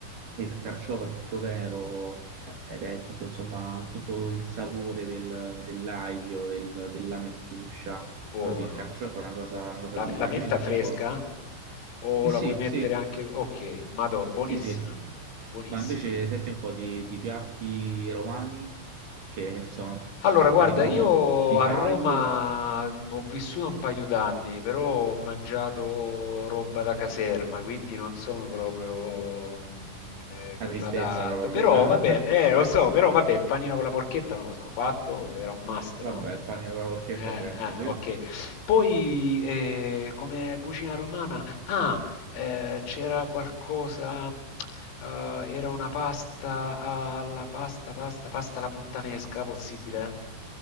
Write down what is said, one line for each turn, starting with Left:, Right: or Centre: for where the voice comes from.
Right: il carciofo è tutto tenero ed è tutto, insomma, tutto il sapore del- dell'aglio, del- della mentuccia,
Left: buono.
Right: però sì, il carciofo è una cosa, una cosa
Left: La,
Right: tipica,
Left: la menta
Right: invece senti
Left: fresca?
Right: un po'...
Left: O
Right: Eh sì,
Left: la puoi mettere
Right: sì,
Left: anche... Ok, madò, buonissima,
Right: sì, sì,
Left: buonissima.
Right: ma invece senti un po' di, di piatti romani che sono,
Left: Allora, guarda,
Right: li, cono-
Left: io
Right: li fai?
Left: a Roma ho vissuto un paio d'anni, però ho mangiato roba da caserma, quindi non sono proprio mm, eh,
Right: La
Left: quello
Right: tristezza
Left: adatto.
Right: però allora.
Left: Però vabbè, eh, lo so, però vabbè, panino con la porchetta me lo sono fatto, quello era un must,
Right: <laughs> Vabbè,
Left: no?
Right: il pane con la porchetta
Left: Eh,
Right: certo,
Left: eh,
Right: sì.
Left: ok. Poi eh, come cucina romana, ah, eh, c'era qualcosa, eh, era una pasta alla pasta, pasta, pasta alla puttanesca, possibile?